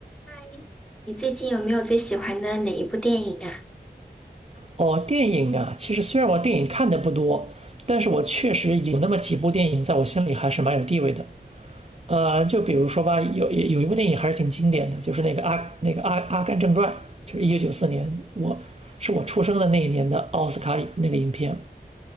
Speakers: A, in the centre; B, on the right.
A: 嗨，你最近有没有最喜欢的哪一部电影啊？
B: 哦，电影啊，其实虽然我电影看的不多，但是我确实有那么几部电影在我心里还是蛮有地位的。呃，就比如说吧，有有一部电影还是挺经典的，就是那个阿那个阿阿甘正传，就是一九九四年，我是我出生的那一年的奥斯卡那个影片。